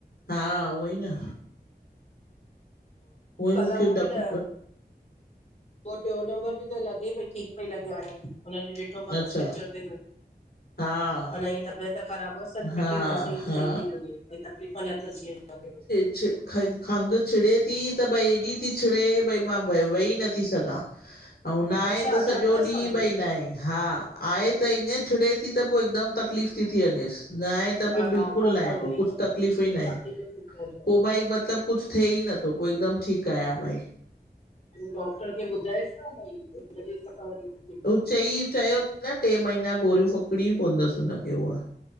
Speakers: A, on the left; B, on the left.
A: हा उई न उहोई
B: कल्ह
A: मूंखे
B: उहो
A: डप
B: बि त ॿियो नंबर बि त लॻे पई ठीक पई लॻे हाणे हुन ॾिठो मास
A: अच्छा,
B: पिचर ते
A: हा
B: <unintelligible> तबियत ख़राब हुअस ॾिठी
A: हा,
B: मास सही
A: हा
B: पई लॻे कोई तकलीफ़ नथस जीअं
A: छि खं खंघ छिड़े थी त भई एॾी थी छिड़े भई मां वेई नथी थी सघां अउ न आहे
B: अच्छा
A: त
B: अञा
A: सॼो
B: अथसि
A: ॾींह
B: खंघि
A: बई न आहे हा। आहे त ईअं छिड़े थी त पो हिक दम तकलीफ़ थी थी वञेसि न आहे त
B: हा
A: पो बिल्कुल
B: पोइ
A: न आहे
B: खंघि
A: कुछ
B: खंघि
A: तकलीफ़ ई न आहे
B: छाती में सूर पवंदो
A: पो भई मतलब कुछ थ्ये ई नथो पो हिकदम ठीक आहियां भई।
B: डॉक्टर खे ॿुधाएस भई वदी वनयई
A: उ चई चयो न टे महीना गोरियूं फकिड़ियू पवंदस हुनखे हूहा